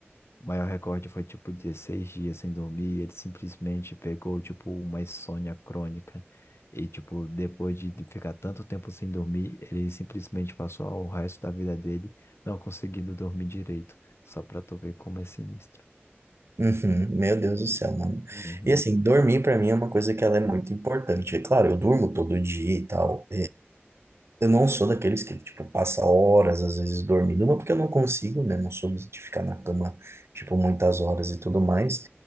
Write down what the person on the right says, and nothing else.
Uhum, meu Deus do céu, mano.
E assim, dormir pra mim é uma coisa que ela é muito importante. É claro, eu durmo todo dia e tal. Eu não sou daqueles que, tipo, passa horas, às vezes, dormindo, não porque eu não consigo, né? Não sou de ficar na cama, tipo, muitas horas e tudo mais.